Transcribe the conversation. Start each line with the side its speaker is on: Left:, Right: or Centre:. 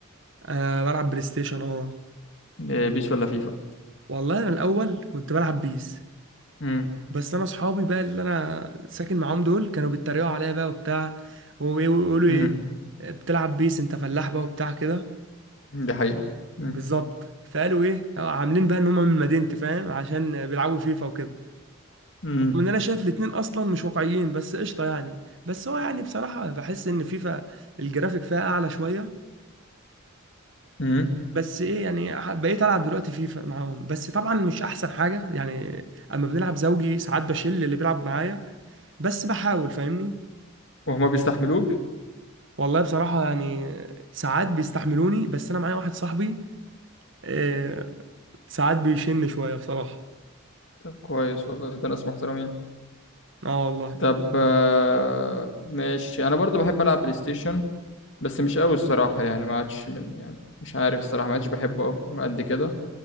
Right: أه بلعب بلاي ستيشن اه
Left: إيه، بيس ولا فيفا
Right: والله انا الاول كنت بلعب بيس
Left: امم
Right: بس انا اصحابي بقى اللي انا ساكن معاهم دول كانوا بيتريقوا عليا بقى وبتاع ويقولوا
Left: امم
Right: ايه بتلعب بيس انت فلاح بقى وبتاع كده
Left: دي حقيقه امم
Right: بالظبط فقالوا ايه عاملين بقى ان هم من مدينتي فاهم عشان بيلعبوا فيفا وكده
Left: امم
Right: رغم ان انا شايف الاتنين اصلا مش واقعيين بس قشطه يعني بس هو يعني بصراحه بحس ان فيفا الجرافيك فيها اعلى شويه
Left: امم
Right: بس ايه يعني ح- بقيت العب دلوقتي فيفا معاهم بس طبعا مش احسن حاجه يعني اما بنلعب زوجي ساعات بشيل اللي بيلعب معايا بس بحاول فاهمني
Left: وهما بيستحملوك
Right: والله بصراحه يعني ساعات بيستحملوني بس انا معايا واحد صاحبي آه، ساعات بيشن شويه بصراحه
Left: طب كويس والله ده ناس محترمين
Right: اه والله
Left: طب آه، ماشي انا برضو بحب العب بلاي ستيشن بس مش قوي الصراحة يعني ما عادش من يعني مش عارف الصراحة ما عادش بحبه أوي قد كده